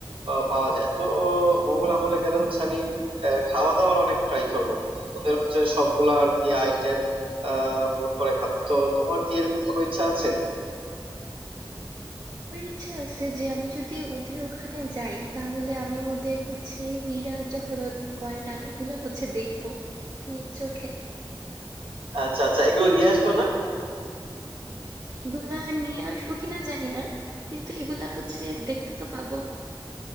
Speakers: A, on the right (about 85°); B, on the right (about 45°).
A: আহ, পাওয়া যায় তো মোগল আমলে গেলে হচ্ছে আমি আহ, খাওয়া দাওয়ার অনেক ট্রাই করব ওদের হচ্ছে সবগুলা আর কি আইটেম আহ গুণ করে খাবো তো তোমার কি এরকম কোনো ইচ্ছা আছে
B: আমার ইচ্ছা আছে যে আমি যদি ওদের ওখানে যাই তাহলে আমি ওদের হচ্ছে হীরা জহরত গয়না এগুলা হচ্ছে দেখবো নিজ চোখে
A: আচ্ছা আচ্ছা এগুলো নিয়ে আসবা না
B: এগুলা নিয়ে আসবো কিনা জানি না কিন্তু এগুলা হচ্ছে দেখতে তো পাবো